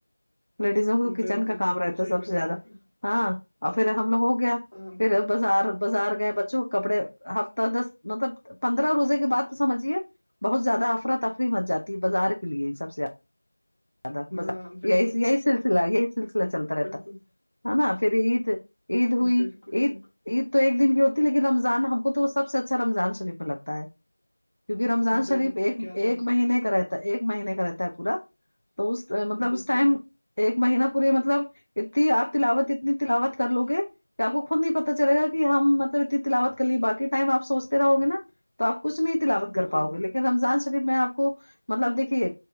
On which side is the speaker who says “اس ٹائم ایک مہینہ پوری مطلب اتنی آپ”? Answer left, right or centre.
Left